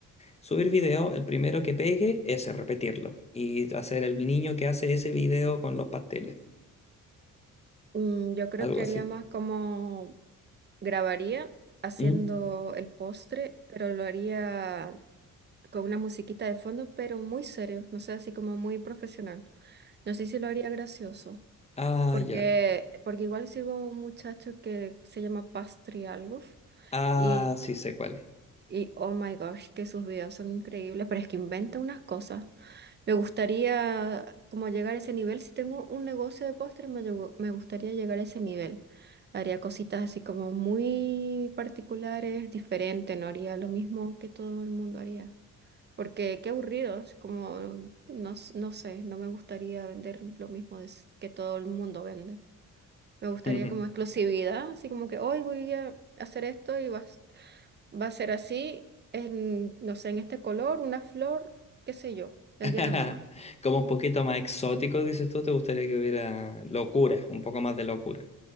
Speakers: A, on the left (about 20°); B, on the right (about 30°).
A: Subir video, el primero que pegue, ese, repetirlo. Y hacer el niño que hace ese video con los pasteles.
B: Mm, yo creo
A: Algo
B: que
A: así.
B: haría más como grabaría haciendo
A: ¿Mm?
B: el postre, pero lo haría con una musiquita de fondo, pero muy serio, no sé, así como muy profesional. No sé si lo haría gracioso,
A: Ah,
B: porque,
A: ya.
B: porque igual sigo un muchacho que se llama Pastry algo.
A: Ah,
B: y
A: sí sé cuál es.
B: Y oh my gosh, que sus videos son increíbles, pero es que inventa unas cosas. Me gustaría como llegar a ese nivel. Si tengo un negocio de postres, me, llegó- me gustaría llegar a ese nivel. Haría cositas así como muy particulares, diferentes, no haría lo mismo que todo el mundo haría. Porque qué aburridos, como no, s- no sé, no me gustaría vender lo mismo de s- que todo el mundo vende. Me gustaría
A: <laughs>
B: como exclusividad, así como que hoy voy a hacer esto y vas. Va a ser así, en, no sé, en este color, una flor, qué sé yo, el
A: <laughs>
B: día de la mamá.
A: Como un poquito más exótico, dices tú, te gustaría que hubiera locura, un poco más de locura.